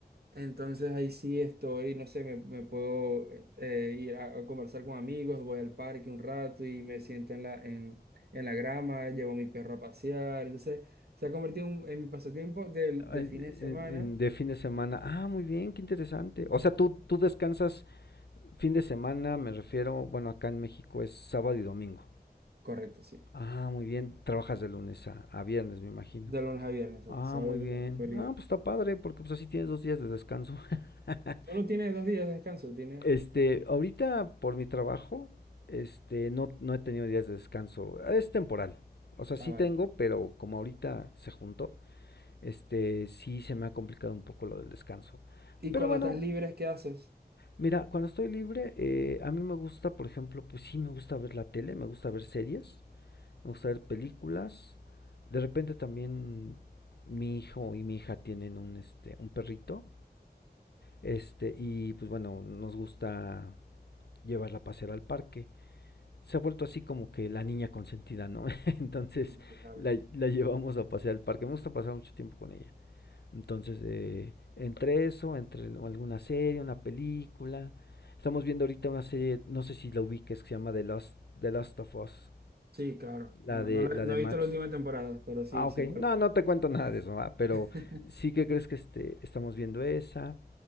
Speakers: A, on the right; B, on the left.
A: entonces ahí sí estoy, no sé, me, me puedo eh, eh, ir a, a conversar con amigos, voy al parque un rato y me siento en la, en, en la grama, llevo a mi perro a pasear. Entonces se ha convertido en, un- en mi pasatiempo de, de
B: En-
A: fines de semana.
B: en- de fin de semana. Ah, muy bien, qué interesante. O sea, tú, tú descansas fin de semana, me refiero, bueno, acá en México es sábado y domingo.
A: Correcto, sí.
B: Ah, muy bien. Trabajas de lunes a, a viernes, me imagino.
A: De lunes a viernes, exacto.
B: Ah,
A: Sábado
B: muy
A: y domingo
B: bien.
A: lo tengo libre.
B: Ah, pues está padre, porque pues así tienes dos días de descanso. <laughs>
A: Tú no tienes dos días de descanso, tienes...
B: Este, ahorita por mi trabajo, este, no, no he tenido días de descanso. Es temporal. O sea, sí
A: Ah, vale.
B: tengo, pero como ahorita se juntó, este, sí se me ha complicado un poco lo del descanso.
A: Y
B: Pero
A: cuando
B: bueno,
A: estás libre, ¿qué haces?
B: mira, cuando estoy libre, eh, a mí me gusta, por ejemplo, pues sí me gusta ver la tele, me gusta ver series, me gusta ver películas. De repente también mi hijo y mi hija tienen un, este, un perrito, este, y pues bueno, nos gusta llevarla a pasear al parque. Se ha vuelto así como que la niña consentida, ¿no? <laughs> Entonces
A: Ujú, Claro.
B: la, la llevamos a pasear al parque. Me gusta pasar mucho tiempo con ella. Entonces, eh, entre eso, entre alguna serie, una película. Estamos viendo ahorita una serie, no sé si la ubiques, que se llama The Last, The Last of Us,
A: Sí, claro.
B: la
A: No,
B: de,
A: no, la-
B: la
A: no
B: de Max.
A: he visto la última temporada, pero sí,
B: Ah, ok.
A: sí, cuál
B: No,
A: es.
B: no te cuento nada de eso, ¿va? Pero
A: <laughs>
B: sí que crees que este, estamos viendo esa.